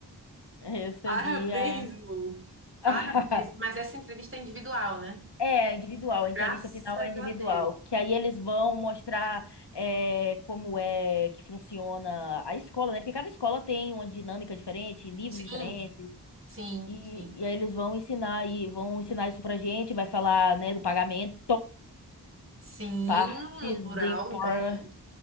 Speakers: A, on the left (about 90°); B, on the right (about 30°).
A: Recebi
B: Parabéns,
A: a.
B: Lu. Parabéns.
A: <laughs>
B: Mas essa entrevista é individual, né?
A: É, individual, a entrevista
B: Graças
A: final é individual,
B: a Deus.
A: que aí eles vão mostrar é como é que funciona a escola, né? Porque cada escola tem uma dinâmica diferente, livro
B: Sim,
A: diferente,
B: sim,
A: e,
B: sim.
A: e aí eles vão ensinar e vão ensinar isso pra gente, vai falar, né, do pagamento,
B: Sim,
A: partes
B: no plural,
A: importantes
B: importante.